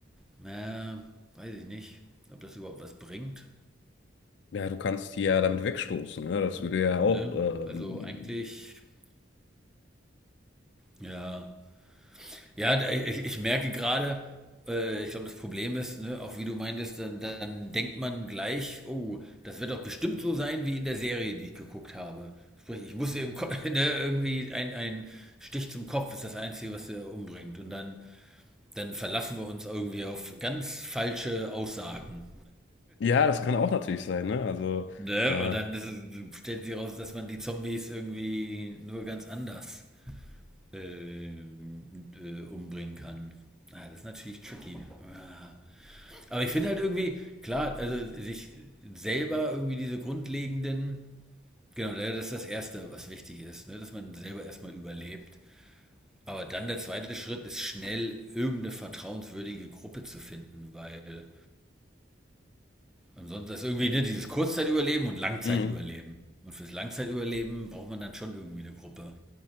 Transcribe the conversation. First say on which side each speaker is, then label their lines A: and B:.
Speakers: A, in the centre; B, on the left.
A: Na, weiß ich nicht, ob das überhaupt was bringt.
B: Ja, du kannst die ja damit wegstoßen, ne? Das würde ja
A: Ne?
B: auch, ähm,
A: Also eigentlich, ja. Ja, da- ich, ich merke gerade, äh, ich glaube, das Problem ist, ne, auch wie du meintest, dann, dann denkt man gleich, oh, das wird doch bestimmt so sein wie in der Serie, die ich geguckt habe. Sprich, ich muss eben <laughs> ne, irgendwie ein, ein Stich zum Kopf ist das Einzige, was der umbringt. Und dann, dann verlassen wir uns irgendwie auf ganz falsche Aussagen.
B: ja, das kann auch natürlich sein, ne? Also,
A: Ne?
B: äh,
A: Und dann ist es, stellt sich raus, dass man die Zombies irgendwie nur ganz anders äh, äh, umbringen kann. Ah, das ist natürlich tricky. Ah. Aber ich finde halt irgendwie, klar, also sich selber irgendwie diese grundlegenden, genau, das ist das Erste, was wichtig ist, ne? dass man selber erstmal überlebt. Aber dann der zweite Schritt ist schnell irgendeine vertrauenswürdige Gruppe zu finden, weil ansonsten ist irgendwie ne, dieses Kurzzeitüberleben und Langzeitüberleben.
B: mh.
A: Und fürs Langzeitüberleben braucht man dann schon irgendwie eine Gruppe.